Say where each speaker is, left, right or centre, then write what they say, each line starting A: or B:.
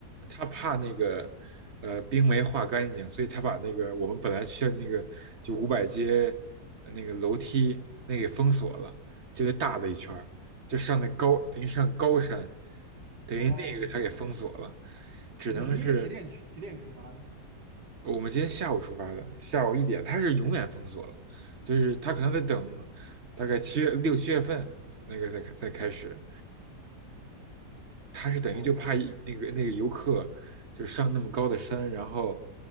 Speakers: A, on the right; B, on the right.
A: 他怕那个呃冰没化干净，所以他把那个我们本来去的那个就五百街呃那个楼梯那个给封锁了，就那大的一圈儿，就上那高等于上高山，等于那个他给封锁了，
B: 哦，
A: 只能是
B: 你们今天是几点去？几点出发的？
A: 我们今天下午出发的，下午一点，他是永远封锁了，就是他可能得等大概七月六七月份那个再开再开始，他是等于就怕那个那个游客就上那么高的山，
B: 哦，这样子，
A: 然后